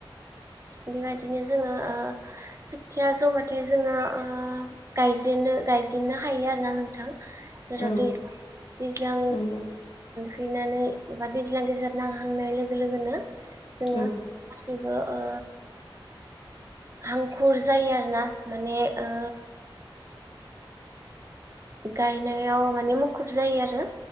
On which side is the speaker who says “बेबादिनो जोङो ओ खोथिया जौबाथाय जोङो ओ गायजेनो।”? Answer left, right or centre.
Right